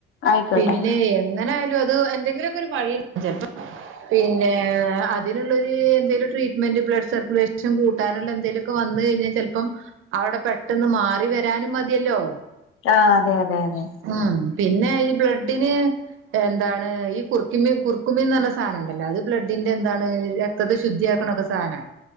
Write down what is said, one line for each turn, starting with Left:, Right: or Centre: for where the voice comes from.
Left: ആയിക്കോട്ടെ
Right: പിന്നെ എങ്ങനൊയാലും അ അ എന്തെങ്കിലുമൊക്കെ <unintelligible> പിന്നെ അതിനുള്ളൊരു എന്തെലും ട്രീറ്റ്മെന്റ് ബ്ലഡ് സർക്കുലേഷൻ കൂട്ടാനുള്ള എന്തേങ്കലുമൊക്കെ വന്ന കഴിഞ്ഞാൽ ചിലപ്പം അവിടെ പെട്ടെന്ന് മാറി വരാനും മതിയല്ലോ?
Left: ആഹ അതെ അതെ അതെ
Right: ഉം പിന്നെ ഈ ബ്ലഡിന് എന്താണ് ഈ കുറക്കുമി കുറക്കുമ്മിന്ന് പറ സാധനംണ്ടല്ലോ അത് ബ്ലഡിന്റെ എതാണ് രക്തത്തെ ശുദ്ധിയാക്കണൊക്കെ സാധന